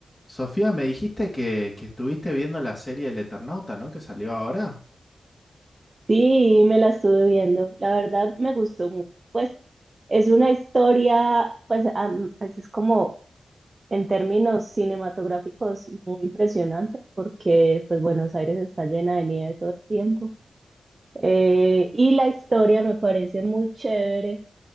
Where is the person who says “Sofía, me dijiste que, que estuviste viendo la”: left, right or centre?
Left